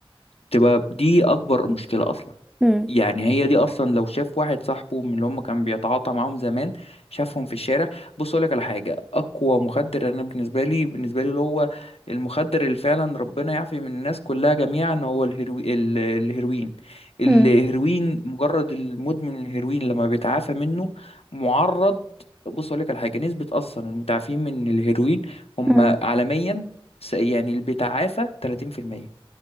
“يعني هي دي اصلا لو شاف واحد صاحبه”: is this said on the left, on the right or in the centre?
Left